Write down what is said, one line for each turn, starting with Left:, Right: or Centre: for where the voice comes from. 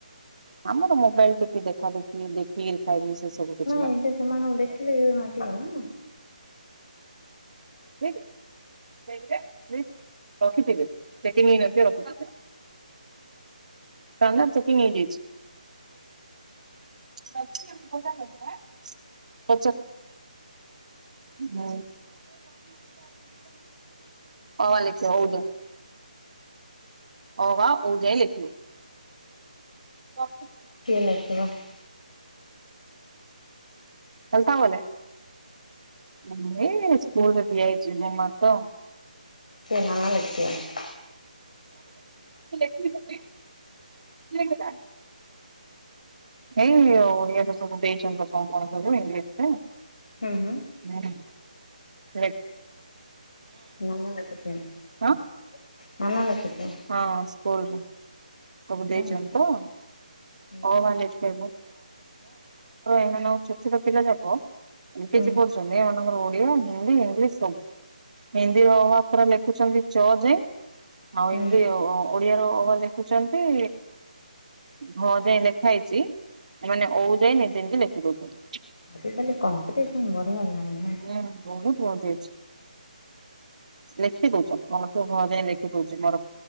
Right: ଆମର ମୋବାଇଲ ଟିଭି ଦେଖା ଦେଖି ଦେଖିକିରି ଖାଇବି ସେ ସବୁ ଡି
Left: ନିଜେ ସେମାନଙ୍କୁ ଦେଖିଲେ ଇଏ ମାଗିବନି ନାଁ।
Right: <inaudible> <unintelligible> ନା ନା ଚେକିଂ ହେଇଯାଇଚି। <inaudible> ହୁଁ। ଅ ଆ ଲେଖିବ ଔ ଯାଏ ଅ ଆ ଔ ଯାଏ ଲେଖିବ ରଖ। <inaudible> <unintelligible>
Left: ଲାଗିବ। <inaudible> <unintelligible>
Right: ଚାଲତାବଲେ। <unintelligible> <inaudible> ମୁଁ ସ୍କୁଲରେ ଦିଆ ହେଇଛି ମୋ ମତ।
Left: ସେ ନା ନା ଲେଖିବା।
Right: ଲେଖିବି। <unintelligible> ଠିକ୍ ତା। <unintelligible> ଏଇ ଓଡିଆରେ ସବୁ ଦେଇଛନ୍ତି କଣ କଣ ସବୁ ଇଂଲିଶର।
Left: ହୁଁ ହୁଁ।
Right: ହୁଁ ର <unintelligible>
Left: ନାନ ଲେଖିଥିବା
Right: ହଁ
Left: ନାନ ଲେଖିତ
Right: ହଁ ସ୍କୁଲ ସବୁ ଦେଇଛନ୍ତି
Left: ହେଲା
Right: ତ।
Left: ହୁଁ।
Right: <unintelligible> ମାଆଙ୍କର ଏମାନେ ଆଉ ଛୋଟ ଛୋଟ ପିଲା ଯାକ <unintelligible>
Left: ହୁଁ
Right: ସୁନେ ଏମାନଙ୍କର ଓଡିଆ ହିନ୍ଦୀ ଇଂଲିଶ ସବୁ ହିନ୍ଦୀର ଅ, ଆ ପରା ଲେଖୁଛନ୍ତି ଚ ଯାଏ ଆଉ
Left: ହୁଁ
Right: ହିନ୍ଦୀ, ଓଡିଆର ଅ, ଆ ଲେଖୁଛନ୍ତି ହଁ ଯାଏ ଲେଖା ହେଇଛି ଏମାନେ ଓଉ ଯାଇ ନିଜେ ନିଜେ ଲେଖି ଦଉଛନ୍ତି।
Left: ଆଜିକାଲି କମ୍ପିଟିସନ୍ ବଢ଼ିଗଲାଣି ନା।
Right: ହୁଁ ବହୁତ ବଢ଼ୀ ଯାଇଛି ଲେଖି ଦଉଛ <unintelligible> ଘ ଯାଏ ଲେଖି ଦଉଛି ମୋର